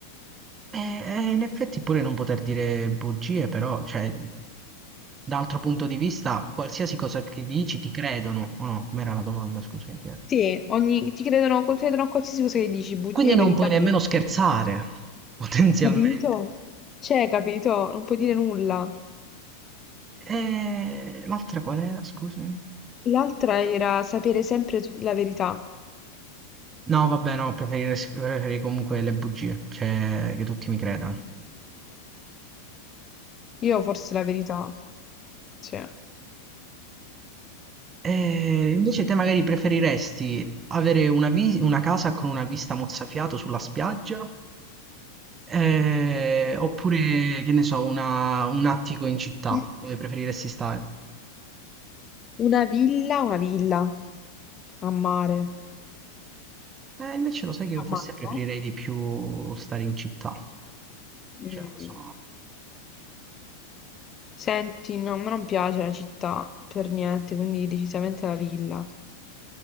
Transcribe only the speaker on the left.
Sì, Ogni, ti credono, credono a qualsiasi cosa che dici, bugia,
verità.
Capito? Cioè, capito? Non puoi dire nulla.
L'altra era sapere sempre tu- la verità.
Io forse la verità, cioè,
<laughs>
una villa, una villa a mare.
A
mare,
no?
Mm.
Senti, no, a me non piace la città per niente, quindi decisamente la villa.